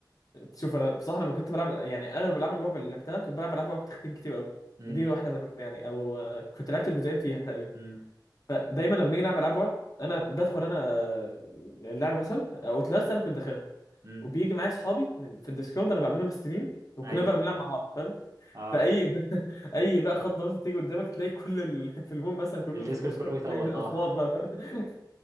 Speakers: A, on the left (about 50°); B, on the right (about 45°).
A: شوف انا بصراحه لما كنت بلعب يعني اغلب العاب الرعب اللي لعبتها كنت بلعب العاب رعب تختيم كتير قوي
B: امم
A: دي واحده منهم يعني او آه، كنت لعبت الجزئين فيها تقريبا
B: امم
A: فدايما لما بنيجي نلعب العاب رعب انا بدخل انا آه، اللعب مثلا آه، اوتلاست انا كنت داخلها
B: امم
A: وبيجي معايا اصحابي في الديسكورد انا بعمل لهم ستريم وكنا
B: ايوه
A: بقى بنلعب
B: ايوه
A: مع بعض فاهم
B: اه
A: فاي <laughs> اي بقى خضه مثلا تيجي قدامك تلاقي كل ال... <laughs> في البوم مثلا كل
B: الديسكورد
A: اللي في الديسكورد
B: كله بيصوت
A: <laughs> تلاقي الاصوات
B: اه
A: بقى فاهم